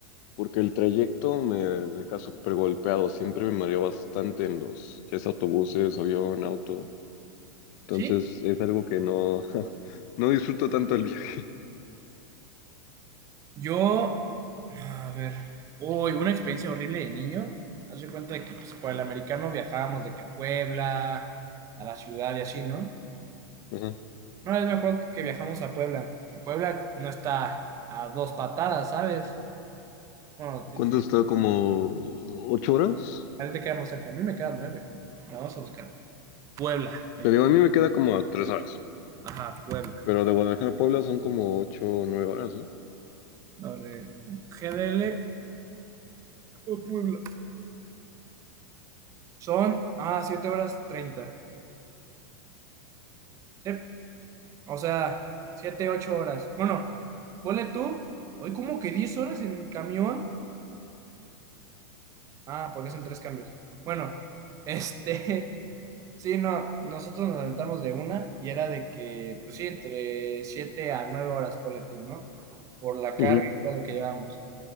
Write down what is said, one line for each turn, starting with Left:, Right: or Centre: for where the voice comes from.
Left: porque el trayecto me deja súper golpeado, siempre me mareo bastante en los, ya sea autobuses, avión, auto. Entonces
Right: ¿Sí?
Left: es algo que no, <laughs> no disfruto tanto el viaje.
Right: Yo, a ver, hoy una experiencia horrible de niño. Haz de cuenta de que pues, por el americano viajábamos de que a Puebla, a la ciudad y así, ¿no?
Left: Ajá.
Right: Una vez me acuerdo que, que viajamos a Puebla y Puebla no está a dos patadas, ¿sabes? Bueno, a ti
Left: ¿Cuánto está? ¿Como ocho horas?
Right: te queda más cerca, a mí me queda nueve. La vamos a buscar. Puebla. Ay.
Left: Te digo, a mí me queda como a tres horas,
Right: Ajá, Puebla.
Left: pero de Guadalajara a Puebla son como ocho o nueve horas, ¿no?
Right: A ver, GDL o Puebla. Son, ah, 7 horas 30. Sí, o sea, siete ocho horas. Bueno, ponle tú, hoy como que 10 horas en camión. Ah, porque son tres cambios. Bueno, este, <laughs> sí, no, nosotros nos aventamos de una y era de que, pues sí, entre 7 a 9 horas, ponle tú, ¿no? Por la carga
Left: Ujú,
Right: y todo lo que llevamos